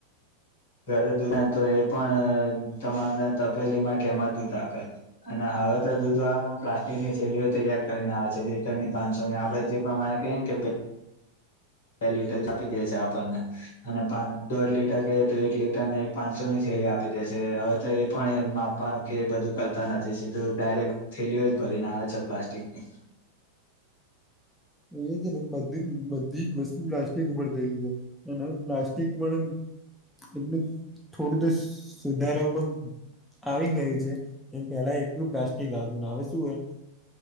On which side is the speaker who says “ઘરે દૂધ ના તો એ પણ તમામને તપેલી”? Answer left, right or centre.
Left